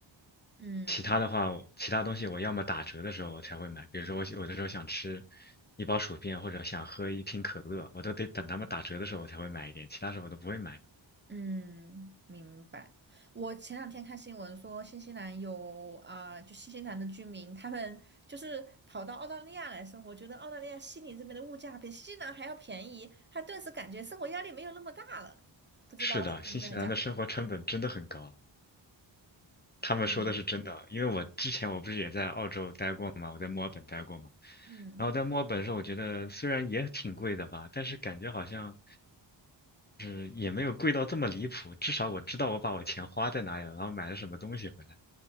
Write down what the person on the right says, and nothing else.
嗯
嗯，明白。我前两天看新闻说，新西兰有啊、就新西兰的居民，他们就是跑到澳大利亚来生活，觉得澳大利亚悉尼这边的物价比新西兰还要便宜，他顿时感觉生活压力没有那么大了。不知道是真的还假的。
嗯
嗯